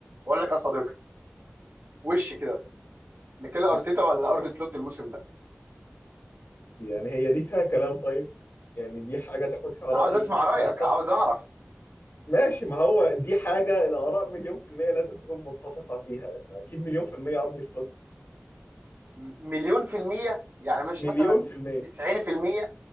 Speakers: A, on the right; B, on the left.
A: بقول لك يا صديقي وش كده ميكيل ارتيتا
B: يعني
A: ولا ارن سلوت الموسم ده
B: يعني هي دي فيها كلام طيب يعني دي حاجة تاخد فيها
A: عاوز
B: رأي
A: اسمع رايك
B: آه طب
A: عاوز اعرف
B: ماشي ما هو دي حاجة الآراء مليون في المية لازم تكون متفقة فيها يعني أكيد مليون في المية أرني سلوت
A: م- مليون في المية يعني مش
B: مليون
A: مثلا
B: في المية
A: 90%